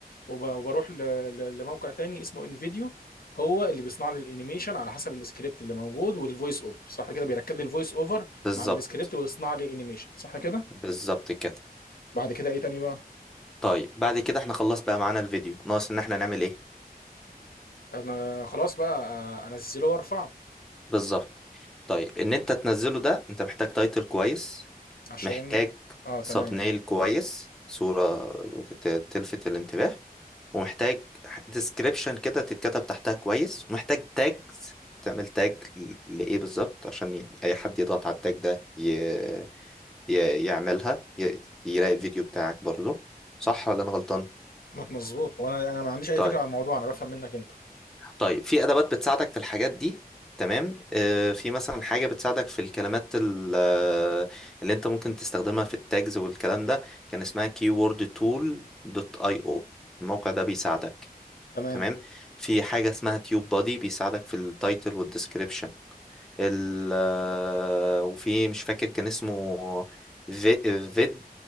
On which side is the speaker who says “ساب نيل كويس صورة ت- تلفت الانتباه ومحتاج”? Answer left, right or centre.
Centre